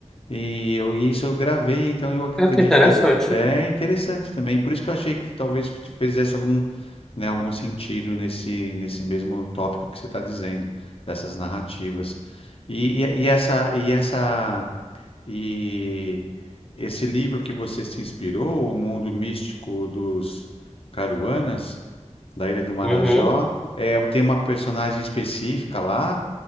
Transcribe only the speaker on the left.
E eu, e isso eu gravei, então eu ac-
acreditei
que é interessante também. Por isso que eu achei que talvez fizesse algum, né, algum sentido nesse, nesse mesmo tópico que você está dizendo, dessas narrativas. E, e, e essa, e essa e esse livro que você se inspirou, O Mundo Místico dos Caruanas, da Ilha do Marajó,
é, tem uma personagem específica lá?